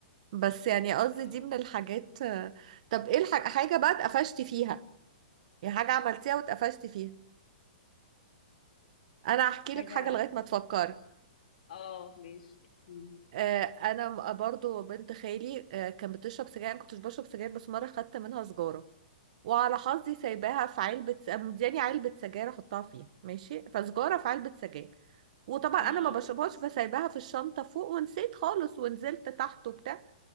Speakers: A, on the right; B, on the left.
A: بس يعني قصدي
B: اه
A: دي من الحاجات آه، طب ايه الح... حاجة بقى اتقفشتي فيها يعني حاجة عملتيها واتقفشتي فيها انا هحكي
B: حاجة
A: لك حاجة لغاية ما تفكري
B: اه ماشي احكيلي
A: آه انا م- برضو بنت خالي آه كانت بتشرب سجاير انا كنتش بشرب سجاير بس مرة خدت منها سجارة وعلى حظي سايباها في علبة س- مدياني علبة سجاير احطها فيها ماشي فسجارة في علبة سجاير وطبعا
B: مم.
A: انا ما بشربهاش فسايباها في الشنطة فوق ونسيت خالص ونزلت تحت وبتاع